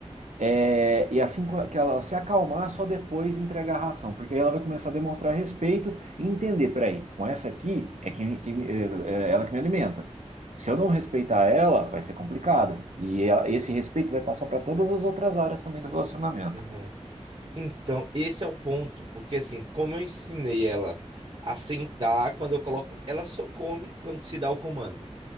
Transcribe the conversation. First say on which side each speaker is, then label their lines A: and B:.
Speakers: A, on the right; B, on the right.
A: é, e assim que ela se acalmar, só depois entregar a ração, porque aí ela vai começar a demonstrar respeito e entender, peraí, com essa aqui é que, que é é ela que me alimenta. Se eu não respeitar ela, vai ser complicado. E ela- esse respeito vai passar para todas as outras áreas também do relacionamento.
B: Aham. Então, esse é o ponto, porque assim, como eu ensinei ela a sentar, quando eu coloco, ela só come quando se dá o comando.